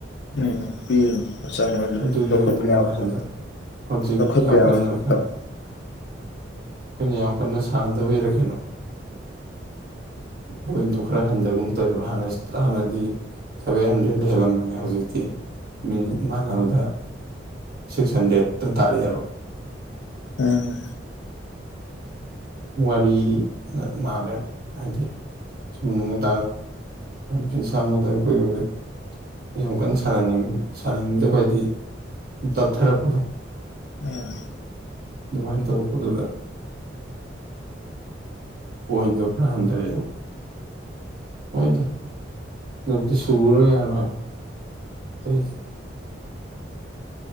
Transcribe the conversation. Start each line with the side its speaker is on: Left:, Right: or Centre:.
Left: ꯎꯝ ꯄꯤꯕꯅꯤ ꯃꯆꯪ ꯑꯣꯏꯕꯗꯨ
Right: ꯑꯗꯨꯒꯤ
Left: ꯂꯧꯈꯠꯄ
Right: ꯑꯣꯏꯔꯝꯗꯧ ꯃꯥꯜꯂꯦ
Left: ꯌꯥꯕꯁꯨ
Right: ꯍꯟꯗꯛ ꯍꯧꯖꯤꯛ
Left: ꯂꯧꯈꯠꯄ
Right: ꯌꯥꯝ
Left: ꯌꯥꯕꯁꯨ
Right: ꯀꯟꯅ ꯑꯩꯈꯣꯏꯅ
Left: ꯇꯪ
Right: ꯑꯩꯈꯣꯏꯅ ꯌꯥꯝ ꯀꯟꯅ ꯁꯥꯟꯅꯗꯕꯕꯤꯔꯛ ꯀꯅꯣ ꯕꯣꯏꯟꯗꯣ ꯈꯔ ꯍꯟꯊꯒꯨꯝ ꯇꯧꯋꯦꯕꯅ ꯍꯥꯟꯅꯗꯤ ꯁꯚꯦꯟ ꯍꯟꯗ꯭ꯔꯦꯗ ꯍꯦꯜꯂꯝꯕꯅꯦ ꯍꯧꯖꯤꯛꯇꯤ ꯃꯤꯅꯤꯠ ꯃꯥꯟꯅꯕꯗ ꯁꯤꯛꯁ ꯍꯟꯗ꯭ꯔꯦꯗꯠꯇ ꯇꯥꯔꯛꯑꯦꯕ
Left: ꯎꯝ
Right: ꯋꯥꯔꯤ ꯃꯥꯂꯦ ꯍꯥꯏꯗꯤ ꯁꯨꯝ ꯄꯁꯥ ꯃꯗꯔ ꯄꯔꯦ ꯌꯥꯝ ꯀꯟꯅ ꯁꯅꯅꯤꯡ ꯁꯥꯟꯅꯅꯤꯡꯗꯕ ꯍꯥꯏꯗꯤ ꯇꯞꯊꯔꯛꯄꯗꯣ
Left: ꯎꯝ
Right: ꯑꯗꯨꯃꯥꯏꯟ ꯇꯧꯔꯛꯄꯗꯨꯗ ꯄꯣꯏꯟꯗꯣ ꯈꯔ ꯍꯟꯊꯔꯛꯑꯦꯕ ꯑꯣꯏꯗ ꯑꯗꯨꯕꯨꯗꯤ ꯁꯨꯔ ꯌꯥꯜꯣꯏ <unintelligible>